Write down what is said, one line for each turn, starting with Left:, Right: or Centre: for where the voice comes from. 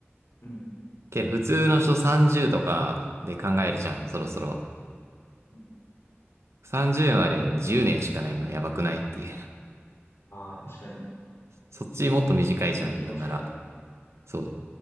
Left: うん、
Right: けど普通の人30とかで考えるじゃん、そろそろ。
Left: うん。
Right: 30まで10年しかないのやばくないっていう。
Left: ああ、確かに。
Right: そっちもっと短いじゃん、
Left: 確かに結構近いね。
Right: なんなら。そう、